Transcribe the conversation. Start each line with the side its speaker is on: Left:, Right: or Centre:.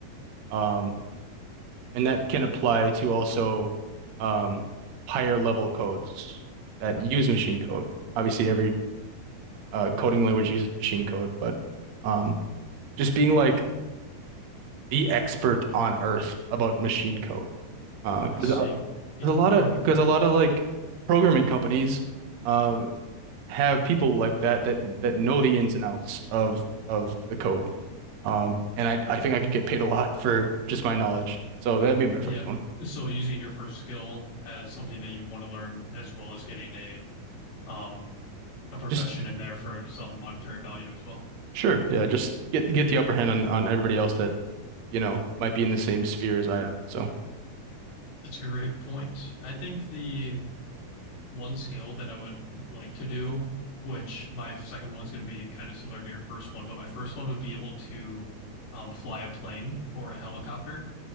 Right: Um, and that can apply to also um, higher level codes that use machine code. Obviously, every uh, coding language uses machine code, but um, just being like the expert on earth about machine code. Uh,
Left: I
Right: 'cause
Left: see.
Right: a
Left: Yeah.
Right: 'cause a lot of
Left: And
Right: because a lot of like programming companies uh have people like that that that know the ins and outs of of the code. Um, and I I think I could get paid a lot for just my knowledge. So that'd be my first
Left: yeah.
Right: one.
Left: So using your first skill as something that you want to learn as well as getting a um a profession
Right: Just
Left: in there for some monetary value as well.
Right: Sure. Yeah, just get get the upper hand on on everybody else that, you know, might be in the same sphere as I am. So,
Left: That's a great point. I think the one skill that I would like to do, which my second one's going to be kind of similar to your first one, but my first one would be able to um, fly a plane or a helicopter.